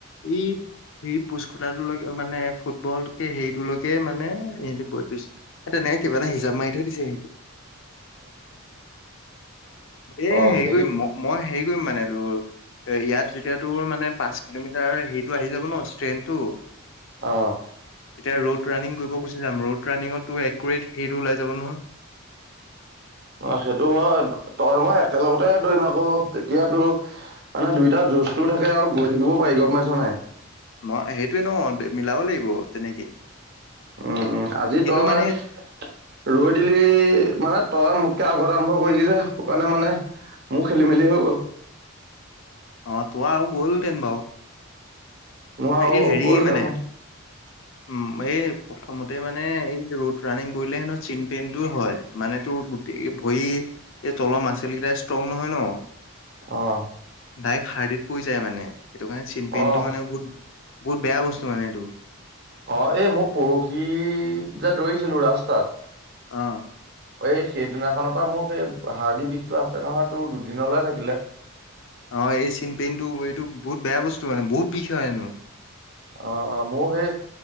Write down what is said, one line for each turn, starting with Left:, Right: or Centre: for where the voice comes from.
Left: এই সেই পোচটাটোলৈকে মানে ফুটবলকে হেৰিটোলৈকে মানে সহ বছে নে কিবা এটা হিচাপ মাৰি থৈ দিছে সিহঁতি। এ
Right: অ', হেৰি
Left: কৰিম ম- মই হেৰি কৰিম মানে তোৰ এ ইয়াত যেতিয়া তোৰ মানে পাঁচ কিলোমিটাৰ হেৰিতটো আহি যাব ন' ষ্ট্ৰেইনতটো
Right: অ
Left: এতিয়া ৰ'ড ৰানিং কৰিব গুচি যাম ৰ'ড ৰানিঙত টো একৰেট সেইটো ওলাই যাব নহয়।
Right: অ' সেইটো হয় তই মই একেলগতে দৰিম আকৌ তেতিয়াতো মানে দুইটা জুজটোও থাকে আৰু গৈ থাকিবও পাৰি গম পাইছ নাই।
Left: মই সেইটোৱে ন মিলাব লাগিব তেনেকে
Right: উম আজি
Left: কিন্তু
Right: তই
Left: মানে
Right: ৰৈ দিলি মানে তই আগত আৰম্ভ কৰিলি যে সেই কাৰণে মানে মোৰ খেলি মেলি হৈ গ'ল।
Left: অ' তো আৰু গ'লহেতেন বাওঁ
Right: মোৰ আৰু
Left: এই হেৰি
Right: গ'ল
Left: মানে
Right: দে মোৰ
Left: উম, এই প্ৰথমতে মানে এই ৰোড ৰানিং কৰিলে হেনো চ্ছিন পেইনটো হয়। মানে তোৰ গোটেই ভৰি এই, তলৰ মাচেল কেইটা ষ্ট্ৰং নহয় ন?
Right: অ'।
Left: ডাইৰেক্ট হাৰ্ডিত পৰি যায় মানে সেইটোকাৰণে চ্ছিন পেইনটো
Right: অ
Left: মানে বহুত বহুত বেয়া বস্তু মানে এইটো
Right: অ', এই মই পৰহি যে, দৌৰিছিলোঁ ৰাস্তাত
Left: অ'
Right: এই সেইদিনাখনৰ পৰা মোৰ সেই হাৰডি বিষতো আছে নহয়, তোৰ দুদিনলৈ থাকিলে।
Left: অ', এই চিন পেইনটো এইটো বহুত বেয়া বস্তু মানে, বহুত বিষ হয়, হেনো
Right: অ', অ', মোৰ সেই